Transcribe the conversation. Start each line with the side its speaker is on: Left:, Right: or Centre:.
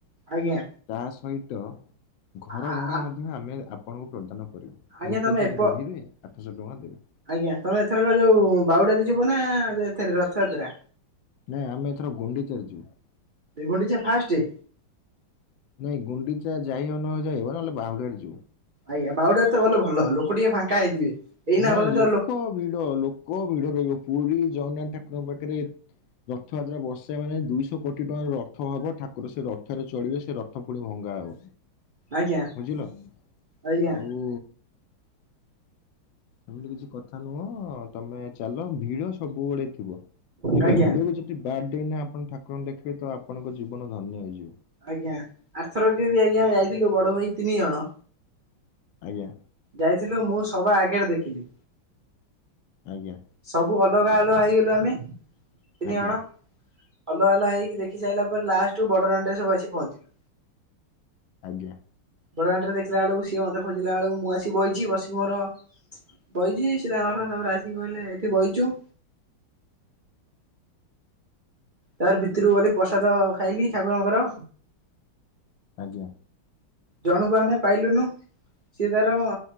Right: ଆଜ୍ଞା
Left: ତା ସହିତ ଘର
Right: ଆ
Left: ଭଡ଼ା ମଧ୍ୟ ଆମେ ଆପଣଙ୍କୁ ପ୍ରଦାନ କରିବୁ।
Right: ଆଜ୍ଞା
Left: ଗୋଟେ
Right: ତମେ
Left: ଦିନ
Right: ଏପ
Left: ରହିବେ ଆଠଶହ ଟଙ୍କା ଦେବେ।
Right: ଆଜ୍ଞା ତମେ ଏଥର ଯୋଉ ବାଉଡାରେ ଯିବ ନା ଏଥରେ ରଥଯାତ୍ରା?
Left: ନାଇଁ ଆମେ ଏଥର ଗୁଣ୍ଡିଚା ରେ ଯିବୁ।
Right: ଗୁଣ୍ଡିଚା ଫାଷ୍ଟ
Left: ନାଇଁ ଗୁଣ୍ଡିଚା ଯାଇହ ନ ଯାଇ ହେବ ନହେଲେ ବାହୁଡ଼ାରେ ଯିବୁ।
Right: ଆଜ୍ଞା ବାଉଡାରେ ତ ଗଲେ ଭଲ ଲୋକ ଟିକେ ଫାଙ୍କା ହେଇଥିବେ। ଏଇନା
Left: ନାଇଁ
Right: ଗଲେ
Left: ଲୋକ
Right: ତ
Left: ଭିଡ ଲୋକ ଭିଡ ରହିବ ପୁରୀ ଜଗନ୍ନାଥ ଠାକୁରଙ୍କ ପାଖରେ ଏ ରଥଯାତ୍ରା ବର୍ଷେ ମାନେ ଦୁଇଶହ କୋଟି ଟଙ୍କାର ରଥ ହବ ଠାକୁର ସେ ରଥରେ ଚଳିବେ ସେ ରଥ ଥ ପୁଣି ଭଙ୍ଗା ହବ
Right: ଆଜ୍ଞା
Left: ବୁଝିଲ
Right: ଆଜ୍ଞା
Left: ଆଉ ସେମିତି କିଛି କଥା ନୁହଁ ତମେ ଚାଲ ଭିଡ ସବୁବେଳେ ଥିବ କିନ୍ତୁ
Right: ଆଜ୍ଞା
Left: ଭିଡକୁ ଜ ଯଦି ବ୍ୟାଡ ଡେ ନା ଆପଣ ଠାକୁରଙ୍କୁ ଦେଖିବେ ତ ଆପଣଙ୍କ ଜୀବନ ଧନ୍ୟ ହେଇଯିବ।
Right: ଆଜ୍ଞା ଆର୍ଥରବି ଆଜ୍ଞା ଆମେ ଯାଇଥିଲୁ ବଡ ଭାଇ ତିନି ଜଣ।
Left: ଆଜ୍ଞା।
Right: ଯାଇଥିଲୁ ମୁଁ ସବା ଆଗରେ ଦେଖିଲି।
Left: ଆଜ୍ଞା।
Right: ସବୁ ଅଲଗା ଅଲଗା ହେଇଗଲୁ ଆମେ, ତିନି
Left: ଆଜ୍ଞା
Right: ଜଣ। ଅଲଗା ଅଲଗା ହେଇକି ଦେଖି ସାରିଲା ପରେ ଲାଷ୍ଟକୁ ବଡ଼ଦାଣ୍ଡରେ ଆସିକି ପହଞ୍ଚିଲୁ।
Left: ଆଜ୍ଞା।
Right: ବଡ଼ଦାଣ୍ଡ ରେ ଦେଖିଲା ବେଳକୁ ସିଏ ମତେ ଖୋଜିଲା ବେଳକୁ ମୁଁ ଆସି ବଇଛି ବସିକି ମୋର ବଇଛି ସିଏ ତାଙ୍କର ତାପରେ ଆସିକି କହିଲେ ଏଠି ବଇଛୁ। ତାପରେ ଭିତରକୁ ଗଲି ପ୍ରସାଦ ଖାଇଲି ଠାକୁରଙ୍କର।
Left: ଆଜ୍ଞା।
Right: ଜଣକୁ ଆମେ ପାଇଲୁନୁ ସିଏ ତାର